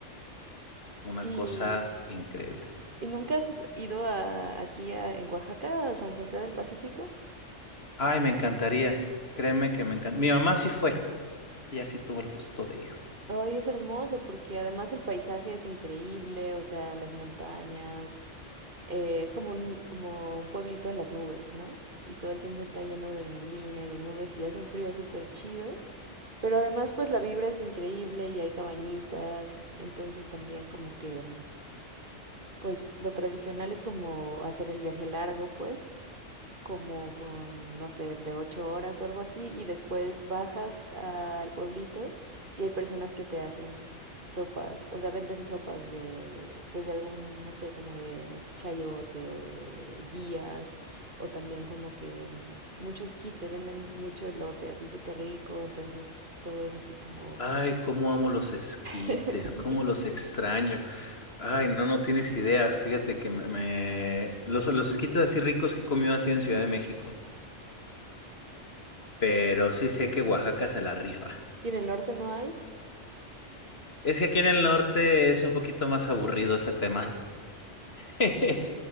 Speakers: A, on the left; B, on the right.
A: una
B: ¿Y,
A: cosa increíble.
B: y nunca has ido a, aquí a- en Oaxaca, a San José del Pacífico?
A: Ay, me encantaría. Créeme que me encanta. Mi mamá sí fue. Ella sí tuvo el gusto de ir.
B: Ay, es hermoso porque además el paisaje es increíble, o sea, las montañas, eh, es como un, como un pueblito en las nubes, ¿no? Y todo el tiempo está lleno de neblina y de nubes y hace un frío súper chido. Pero además, pues la vibra es increíble y hay cabañitas, entonces también como que, mm, pues lo tradicional es como hacer el viaje largo, pues, como con, no sé, de ocho horas o algo así, y después bajas al pueblito y hay personas que te hacen sopas, o sea, venden sopas de, pues de algún, no sé, como de chayote o de guías, o también como que mm, mucho esquite, venden mucho elote así súper rico, entonces todo es así como...
A: Ay, cómo amo los esquites,
B: <laughs> sí.
A: cómo los extraño. Ay, no, no tienes idea. Fíjate que me, me- Los, los esquites así ricos que he comido así en Ciudad de México. Pero
B: ¿Y
A: sí sé que Oaxaca se la rifa.
B: en el norte no hay?
A: Es que aquí en el norte es un poquito más aburrido ese tema. <laughs>